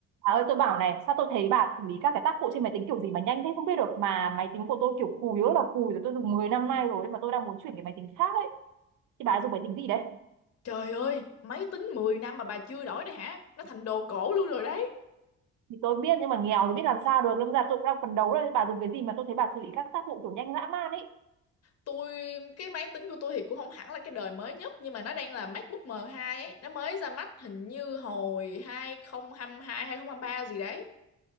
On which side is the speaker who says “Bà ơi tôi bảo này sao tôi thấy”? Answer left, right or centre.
Right